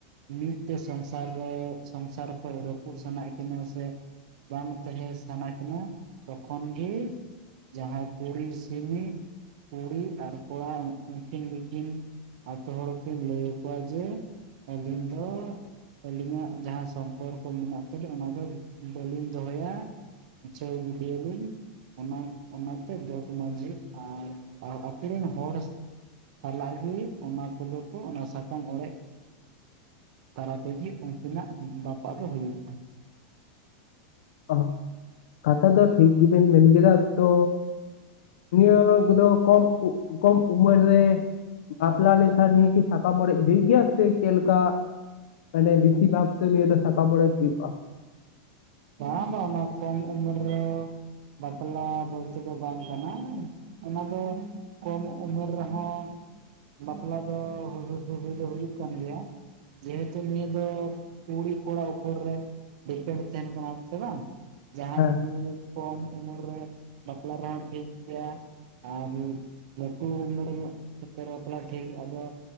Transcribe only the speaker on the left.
ᱚ ᱠᱟᱛᱷᱟ ᱫᱚ ᱴᱷᱤᱠ ᱜᱮᱵᱮᱱ ᱢᱮᱱ ᱠᱮᱫᱟ ᱛᱚ ᱱᱤᱭᱟᱹ ᱠᱚᱫᱚ ᱠᱚᱢ ᱠᱚᱢ ᱩᱢᱮᱨ ᱨᱮ ᱵᱟᱯᱞᱟ ᱞᱮᱱᱠᱷᱟ ᱱᱤᱭᱟ. ᱠᱤ ᱥᱟᱠᱟᱢ ᱚᱲᱮᱡᱽ ᱦᱩᱭ ᱜᱮᱭᱟ ᱥᱮ ᱪᱮᱫ ᱞᱮᱠᱟ ᱢᱟᱱᱮ ᱵᱮᱥᱤ ᱵᱷᱟᱠ ᱛᱮ ᱱᱤᱭᱟᱹ ᱫᱚ ᱥᱟᱠᱟᱢ ᱚᱲᱮᱡᱽ ᱦᱩᱭᱩᱜᱼᱟ
ᱦᱮᱸ